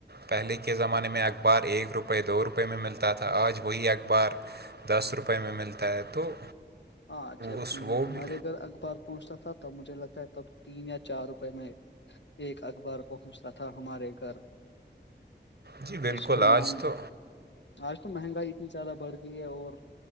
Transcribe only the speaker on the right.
پہلے کے زمانے میں اخبار ایک روپئے دو روپئے میں ملتا تھا آج وہی اخبار دس روپئے میں ملتا ہے تو
اس وہ
بھی
جی بالکل
آج
تو